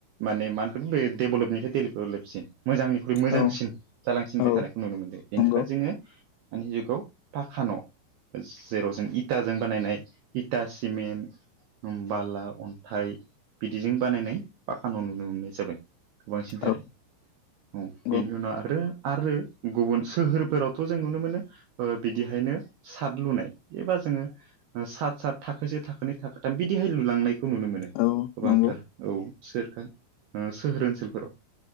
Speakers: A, on the right; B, on the left.
A: माने मा होनगोन बे डेभेलपनिफ्राय डेभेलपसिन मोजांनिख्रुइ मोजांसिन
B: औ
A: जालांसिनबाय
B: औ
A: थानायखौ नुनो मोनदों बेनि
B: नंगौ
A: थाखाय जोङो दानि जुगाव फाखा न' जेराव जों इताजों बानायनाय इता सिमेन्ट बाला, अन्थाइ बिदिजों बानायनाय पाका न' नुनो मोननाय जाबाय। गोबांसिन
B: औ
A: <unintelligible> औ
B: नंगौ
A: बेनि उनाव आरो आरो गुबुन सोहोरफोरावथ' जों नुनो मोनो ओ बिदिहायनो साद लुनाय एबा जोङो सात सात थाखोसे थाखोनै थाखोथाम बिदिहाय लुलांनायखौ नुनो मोनो।
B: औ
A: गोबांथार
B: नंगौ
A: औ सोर ओ सोहोर ओनसोलफोराव